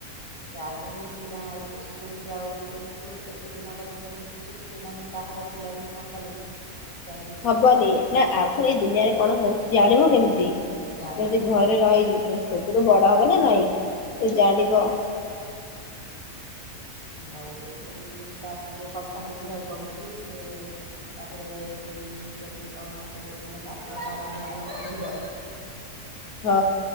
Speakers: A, on the right; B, on the left.
A: ଯାହା ବି ହେଲେ ପିଲା ସେ ସ୍କୁଲ ଯାଉଚି ଯେହେତୁ କେତେ ପିଲାଙ୍କ ସହିତ ମିଶୁଚିଟି ସେମାନେ ବାହାରେ ବୁଲାବୁଲି ନ କଲେ ଯାଏ କିଛି
B: କୁହନି ନା ଆ ଫୁଣି ଏଇ ଦୁନିଆରେ କଣ ହଉଛି ଜାଣିବୁ କେମିତି
A: ଜାଣିପାରିବନି
B: ଯଦି ଘରେ ରହିଯିବୁ। ଛୋଟରୁ ବଡ ହବ ନା ନାଇଁ ଏ ଜାଣିବ
A: <unintelligible> ତା ଟିକେ କଥା ବୁଝିବାକୁ ପଡୁଚି ସେ ତାପରେ ଉଁ କେମିତି କଣ ଟିକେ ମାନେ ପାଠ ତାର ଭଲ ପଢ଼ିବ।
B: ହଁ